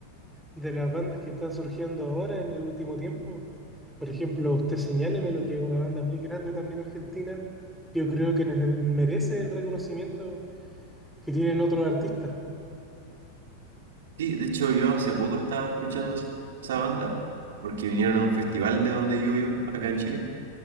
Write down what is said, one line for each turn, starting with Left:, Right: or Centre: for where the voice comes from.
Centre: de las bandas que están surgiendo ahora en el último tiempo. Por ejemplo, usted señáleme lo que es una banda muy grande también argentina. Yo creo que nece- merece el reconocimiento que tienen otros artistas.
Right: Sí, de hecho yo hace poco estaba escuchando esa banda porque vinieron a un festival de donde vivo yo, acá en Chile,